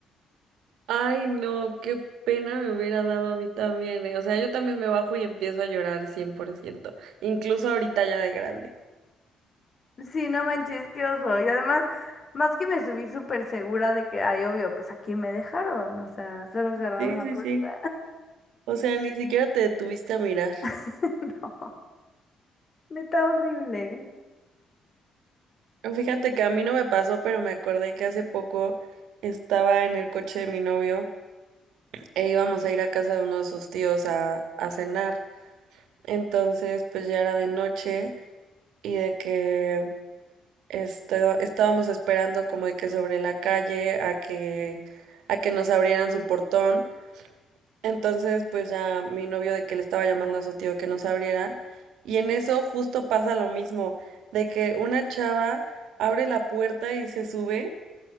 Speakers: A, on the right; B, on the left.
A: Ay, no, qué pena me hubiera dado a mí también, eh. O sea, yo también me bajo y empiezo a llorar 100%. incluso ahorita ya de grande.
B: sí, no manches, qué oso. Y además, más que me subí súper segura de que, ay, obvio, pues aquí me dejaron, o sea, solo cerraron
A: Sí,
B: la
A: sí,
B: puerta.
A: sí. O sea, ni siquiera te detuviste a mirar.
B: <laughs> Neta horrible.
A: Fíjate que a mí no me pasó, pero me acordé que hace poco estaba en el coche de mi novio e íbamos a ir a casa de uno de sus tíos a, a cenar. Entonces, pues ya era de noche y de que Esto, estábamos esperando como de que sobre la calle a que a que nos abrieran su portón. Entonces, pues ya mi novio de que le estaba llamando a su tío que nos abriera y en eso justo pasa lo mismo, de que una chava abre la puerta y se sube